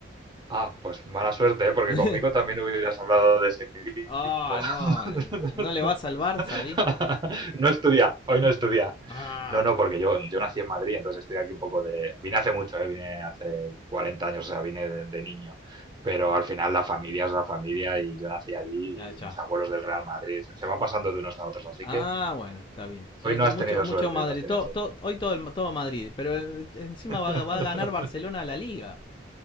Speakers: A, on the right; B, on the left.
A: Ah, pues mala suerte, ¿eh? Porque
B: <laughs>
A: conmigo también hubieras hablado de ese
B: Ah,
A: <laughs>
B: oh, no. ¿No le vas al Barça
A: <laughs>
B: ahí?
A: No estudia, hoy no estudia.
B: Ah,
A: No, no, porque yo, yo nací en Madrid, entonces estoy aquí un poco de... Vine hace mucho, ¿eh? Vine hace 40 años, o sea, vine de, de niño. Pero al final la familia es la familia y yo nací allí
B: Ah,
A: y
B: ya.
A: mis abuelos del Real Madrid. Se va pasando de unos a otros, así
B: Ah,
A: que
B: bueno, está bien. Yo
A: hoy no
B: to-
A: has
B: mucho,
A: tenido
B: mucho
A: suerte,
B: Madrid.
A: hoy no has tenido
B: To-
A: suerte.
B: to- hoy todo, el- todo Madrid. Pero el- encima
A: <laughs>
B: va, a- va a ganar Barcelona a la liga.